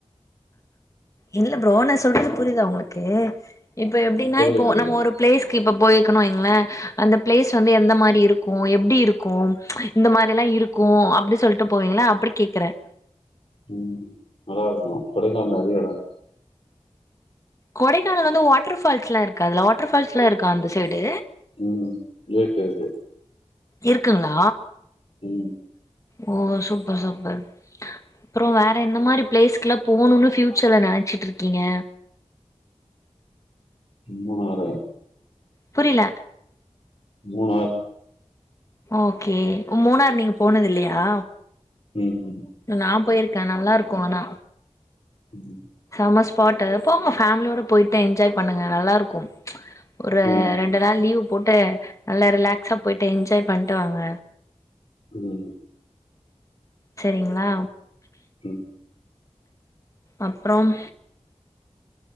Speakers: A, on the left; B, on the left.
A: இல்ல ப்ரோ நா சொல்றது புரியுதா உங்களுக்கு இப்போ எப்பிடினா
B: இருக்கும் புரியுது
A: இப்போ
B: புரியுது
A: நம்ம ஒரு பிளேஸ்கு இப்ப போய் கனு வைய்ங்கலேன் அந்த பிளேஸ் வந்து எந்த மாரி இருக் க்கும் எப்படி இருக்கும் இந்த மாரி எல்லாம் இருக்கும் அப்படி சொல்லிட்டு போவீங்கள அப்படி கேக்குறேன்
B: உம் நல்லா இருக்கும் கொடைக்கானல நிறைய‌ இடம் இருக்கு
A: கொடைக்கானல் வந்து வாட்டர் ஃபால்ஸ் எல்லாம் இருக்காதுல வாட்டர் ஃபால்ஸ் எல்லாம் இருக்கா அந்த சைடு
B: உம் லேக் இருக்கு
A: இருக்குங்களா
B: ம்
A: ஓ சூப்பர் சூப்பர் அப்புறோம் வேற எந்த மாரி பிளேஸ்கெல்லாம் போகணும்னு பியூச்சர்ல நினைச்சுட்டு இருக்கீங்க
B: மூணாறு
A: புரில
B: மூணாறு
A: ஓகே மூணாறு நீங்க போனது இல்லையா
B: ம் ம்
A: நான் போயிருக் க்க நல்லா இருக்கும் ஆனா
B: உம்
A: சம்ம ஸ்பாட்டு போங்கோ ஃபமிலியோட போயிட்டு என்ஜாய் பண்ணுங்க நல்லா இருக்கும் ஒரு
B: ம்
A: ரெண்டு நாள் லீவ் போட்டு நல்லா ரிலாக்ஸா போயிட்டு என்ஜாய் பண்ட்டு வாங்க
B: உம்
A: செரிங்களா
B: உம்
A: அப்புறம்